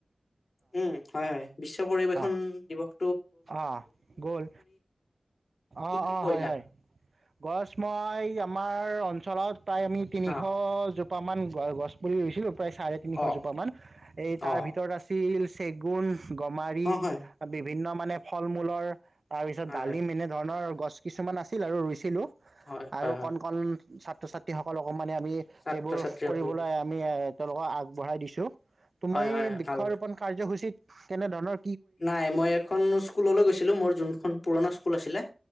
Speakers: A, on the left; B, on the right.
A: উম হয়-হয় বিশ্ব পৰিবেশন
B: অ
A: দিৱস।
B: অ গ'ল,
A: কি
B: অ-অ-হয়-হয়।
A: কি কৰিলা
B: গছ মই আমাৰ অঞ্চলত প্ৰাই আমি তিনিশ
A: অ
B: প মান গছ পুলি ৰুৈছিলো চাৰে তিনিশ
A: অ
B: জোপা মান, এই তাৰে
A: অ
B: ভিতৰত আছিল চেগুন গমাৰি,
A: অ হয়
B: আ বি ভিন্ন মানে ফল মূলৰ তাৰ পিছত
A: হয়
B: ডালিম
A: হয়
B: এনে ধৰণৰ গছ কিছুমান আছিল আৰু ৰুইছিলো
A: হয় হয়
B: আৰু
A: হয়
B: কণ- কণ ছাত্ৰ ছাত্ৰীসকলক মানে আমি
A: ছাত্ৰ
B: সেইবোৰ
A: ছাত্ৰীসকলকো
B: কৰিবলৈ আমি তেওঁলোকক আগবঢ়াই দিছো। তুমি
A: হয় হয়
B: বৃক্ষৰোপন
A: ভাল কথা
B: কাৰ্যসূচীত কেনে ধৰণৰ
A: নাই মই এক এখন স্কুললৈ গৈছিলো মোৰ যোনখন পুৰণা স্কুল আছিলে।